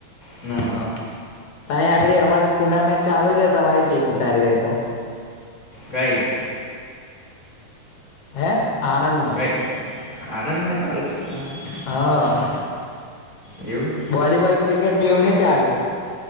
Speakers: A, on the left; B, on the left.
A: હમ
B: હા. અહીં આગળડી અમારે ટુર્નામેન્ટ ચાલુ જ તમારી ટીમ ઉતારી હોય તો.
A: કંઈ
B: હે આણંદમાં
A: ક‌ઇ આણંદમાં ચાલું છે ટુર્નામેન્ટ.
B: હા
A: એવું
B: વોલીબોલ ક્રિકેટ બેુંહીં ન‌ઇ ચાલું.